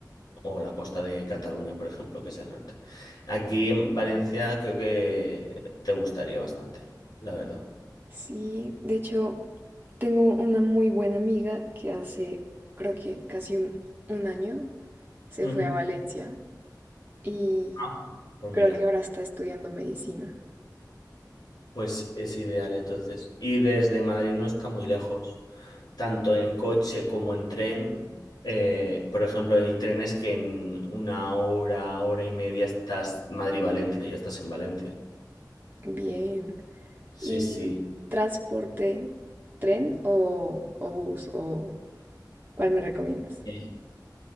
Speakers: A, on the left; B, on the right.
A: o la costa de Cataluña, por ejemplo, que es el norte. Aquí en Valencia creo que te gustaría bastante, la verdad.
B: Sí, de hecho, tengo una muy buena amiga que hace, creo que casi un, un año, se
A: Ujú.
B: fue a Valencia y
A: Ah, pues
B: creo
A: mira,
B: que ahora está estudiando medicina.
A: pues es ideal entonces. Y desde Madrid no está muy lejos, tanto en coche como en tren. eh, por ejemplo, hay trenes que en una hora, hora y media estás Madrid-Valencia, ya estás en Valencia.
B: Bien.
A: Sí,
B: Y
A: sí.
B: transporte, tren o, o bus o ¿cuál me recomiendas?
A: Eh,